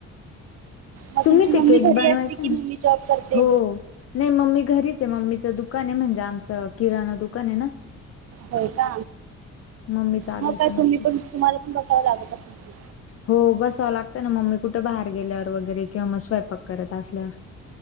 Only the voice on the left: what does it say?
तुम्ही
ते केक
बनवायचे
ना,
हो. नाही मम्मी घरीच आहे मम्मीचा दुकान आहे म्हणजे आमचं किराणा दुकान आहे ना.
मम्मी चालवते
ते.
हो बसवा लागतं ना मम्मी कुठं बाहेर गेल्यावर वगैरे किंवा मग स्वयंपाक करत असल्या. <inaudible>